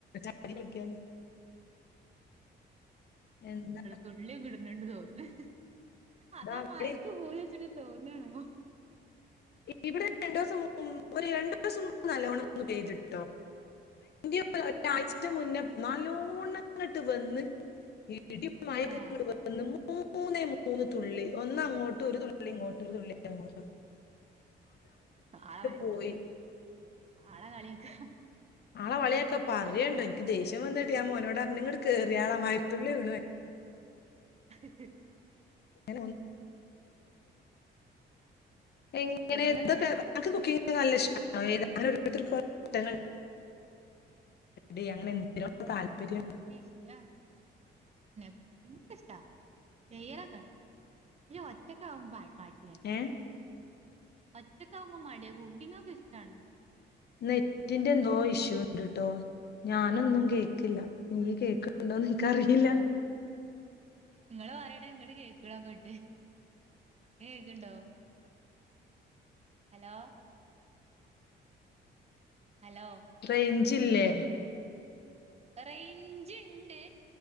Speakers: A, on the left; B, on the right.
A: ചാടി കളിക്കാൻ, <unintelligible> എന്താ.
B: തുള്ളി ഇടുന്നുണ്ട് തോന്നേ, അതാ
A: ദാ അവിടെ
B: മയക്ക് പൂതി വച്ചിട്ട്- തോന്നണോ.
A: ഇവിടെ രണ്ടു ദിവസം മ് ഒരു- രണ്ടു ദിവസം മുമ്പ് നല്ലോണം- ഒന്ന് പെയ്ത്ട്ടോ. ഈ ഒരാഴ്ച മുന്നേ നാലോണംങ്ങട്ട് വന്ന്. ഇടിം,
B: ആഹ്
A: മയി ഇങ്ങട്ട് വന്നു. ന്ന് മൂന്നേ, മൂന്ന് തുള്ളി ഒന്ന്- അങ്ങോട്ട് ഒരു തുള്ളി ഇങ്ങോട്ട്- ഒരു തുള്ളി അങ്ങോട്ട്.
B: ആളെ,
A: പോയി
B: ആളെ കളിയാക്ക.
A: ആളെ കളിയാക്കാ പറയണ്ട. എനിക്ക് ദേഷ്യം വന്നട്ട ഞാ- മോനോട് അറഞ്ഞ് ഇങ്ങട്ട്- കേറിയാള മഴ ത്തുള്ളി വീണ് മ -
B: <inaudible>
A: <inaudible> എനിക്ക്
B: എവിടെ അത്
A: കുക്കിങ്ങി നല്ല ഇഷ്ട, <inaudible> റെഡി അങ്ങനെ എന്തിനോ താല്പര്യം.
B: ഇനിക്ക് ഇഷ്ടാ കുക്കിംഗ് ഒക്ക- ഇഷ്ടാ ചെയ്യലൊക്കെണ്ട്. ഈ ഒറ്റക്ക ആവ് മ്പാ മടിയാ.
A: ഏ...
B: ഒറ്റകവുമ്പോ മടിയാകും, കുക്കിംഗ് ഒക്ക ഇഷ്ടാണ്‌.
A: നെറ്റിന്റെ എന്തോ ഇഷ്യൂണ്ട്ട്ടോ- ഞാനൊന്നും കേക്കില്ല. നീ കേക്കണ്ടോന്ന് എനിക്കറിയില്ല.
B: നിങ്ങള് പറയണ ഇങ്ങോട്ട്- കേക്കണക്കെണ്ട്, കേക്കണ്ടോ? ഹലോ... ഹലോ....
A: റേഞ്ച് ഇല്ലേ?
B: റേഞ്ച് ഉണ്ട്.